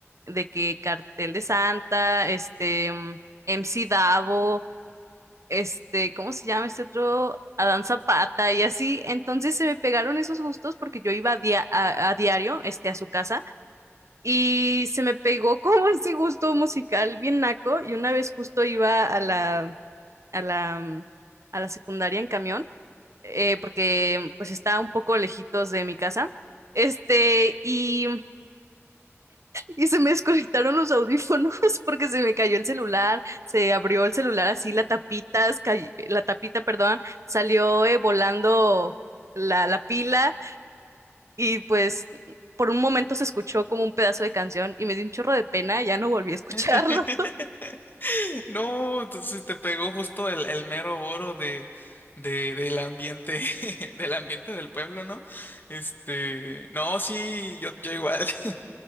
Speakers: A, on the right; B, on the left.
A: de que Cartel de Santa, este, mm, MC Davo, este, ¿cómo se llama este otro? Adán Zapata y así. Entonces se me pegaron esos gustos porque yo iba a, dia- a, a diario, este, a su casa y se me pegó como <laughs> ese gusto musical bien naco y una vez justo iba a la, a la, mm, a la secundaria en camión eh, porque pues está un poco lejitos de mi casa. Este, y, y se me desconectaron los audífonos <laughs> porque se me cayó el celular, se abrió el celular así, la tapita, cay- la tapita, perdón, salió eh, volando la, la pila y pues por un momento se escuchó como un pedazo de canción y me dio un chorro de pena, ya no volví a escucharlo.
B: <laughs> No, entonces te pegó justo el, el mero oro de, de, del ambiente, <laughs> del ambiente del pueblo, ¿no? Este, no, sí, yo, yo igual. <laughs>